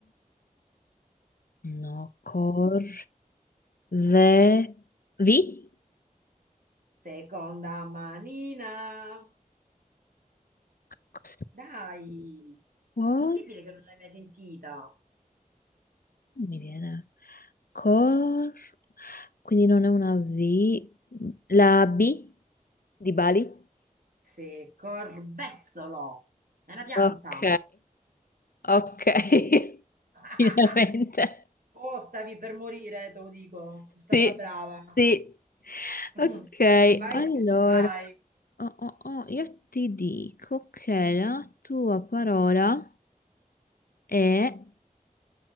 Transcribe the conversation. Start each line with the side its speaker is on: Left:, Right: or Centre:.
Left: No, cor... Ve... Vi?
Right: Seconda manina.
Left: Cos'è?
Right: Dai,
Left: Cor...
Right: impossibile che non l'hai mai sentita.
Left: Non mi viene. Cor... Quindi non è una V. La B di Bali?
Right: Sì, corbezzolo. È una pianta.
Left: Ok, ok. <laughs>
Right: <laughs>
Left: Finalmente.
Right: Oh, stavi per morire, te lo dico. Sono stata
Left: Sì,
Right: brava.
Left: sì.
Right: <laughs>
Left: Ok,
Right: Vai
Left: allora,
Right: tu, vai.
Left: oh, oh, oh, io ti dico che la tua parola è...